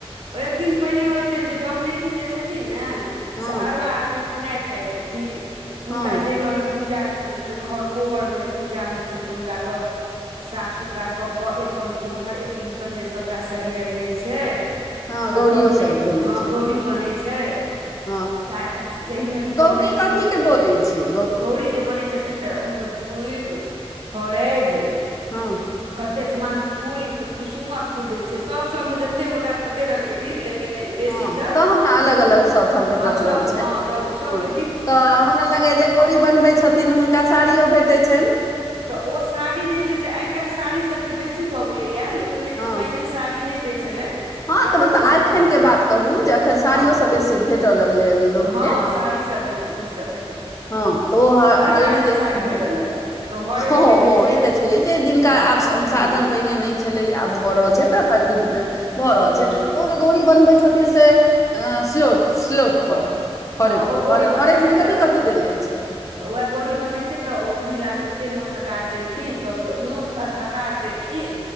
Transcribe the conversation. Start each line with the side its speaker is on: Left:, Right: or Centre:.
Right: ओ एक दिन पहिने होइ छनि जे पनैतिन जे छथिन ने
Left: हँ
Right: सँ अरबा अरबाइन खेनाइ खाय छै छथिन, हुनका
Left: हँ
Right: जे घर मे पूजा घर कोबरमे पूजा होइ छनि तऽ हुनका तऽ साफ सुथरा कऽ अरिपन पुरहर एक दिन पहिने सभटा सरियाल जाइ छै
Left: हँ
Right: आ
Left: गौड़ियो
Right: पबनि
Left: शायद बनै
Right: ह
Left: छै
Right: गौरी बनै छै।
Left: हँ
Right: त एहिमे
Left: गौरी
Right: पबनैतिन
Left: कथी के बनै छै
Right: गौरी जे बनै छै। छथिन तऽ ओहिमे हरद
Left: हँ
Right: तै ठमन फूल कुसुमक फूल रहै छैन सभ ने जते गोटा तते रंग के बिध ले बेसी
Left: हँ
Right: तर
Left: सब हमरा अलग
Right: दू
Left: अलग सभठाम के
Right: हँ
Left: प्रचलन
Right: सभके
Left: छै
Right: हँ सभ सभके
Left: हँ तऽ हमरा लगैयए जे गौरी बनबैत छथिन हुनका साड़ियो भेटैत छनि।
Right: तऽ ओ साड़ी जे छै से आइ काल्हि साड़ी सभके बेसी भऽ गेलैएा लोक लेकिन
Left: हँ
Right: पहिने साड़ी नहि दै छलै
Left: हँ
Right: आब
Left: तऽ मतलब
Right: लोक खुद
Left: एखन
Right: हँ
Left: के बात कहू जे अखन साड़ियो
Right: हँ
Left: सभ। बेसी भेटऽ लगलै लोक
Right: हँ
Left: हैं।
Right: साड़ी सब भेट भेटय लगलै
Left: हँ तऽ ओ
Right: हर
Left: हलदी
Right: काजमे
Left: जे
Right: साड़ी भेटय लगलैए तऽ हरैद
Left: हँ,
Right: के जे
Left: ई तऽ छै जे जिनका
Right: हँ
Left: आब संसाधन
Right: हूँ
Left: पहिने नहि छलै आब भऽ रहल
Right: हूँ
Left: छै तऽ हर विधमे। भऽ रहल
Right: हूँ
Left: छै त ओ जे गोरी बनबै छथिन से स्लोट स्लोट पर हरद
Right: हँ ओ गौरी
Left: हरदमे
Right: बनै छै
Left: कथी
Right: तऽ
Left: कथी देल जाइ छै
Right: तऽ उएह गौड़ी बनै छै तऽ ओ महिला सभके नोत हकार देलखिन सभ नोत अ हकार देलखिन खीर।